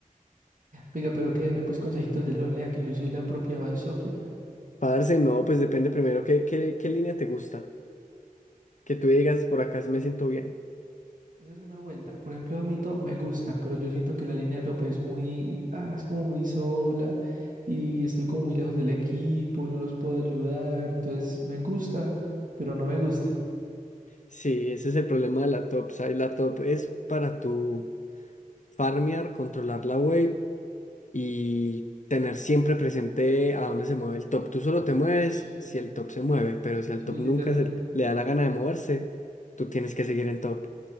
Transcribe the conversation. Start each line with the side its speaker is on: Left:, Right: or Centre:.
Right: Oiga, pero que deme pues consejitos de LOL, nea, que yo soy la propia Val Sofía.
Left: Parce, no, pues depende primero qué, qué, qué línea te gusta. Que tú digas, por acá me siento bien.
Right: Esa es una vuelta. Por ejemplo, a mi top me gusta, pero yo siento que la línea de top es muy, ah, es como muy sola y estoy como muy lejos del equipo y no los puedo ayudar. Entonces, me gusta, pero no me gusta.
Left: Sí, ese es el problema de la top. O sea, la top es para tu farmear, controlar la wave y tener siempre presente a dónde se mueve el top. Tú solo te mueves
Right: Sí.
Left: si el top se mueve, pero si al
Right: Sí,
Left: top
Right: literal.
Left: nunca se le da la gana de moverse, tú tienes que seguir en top.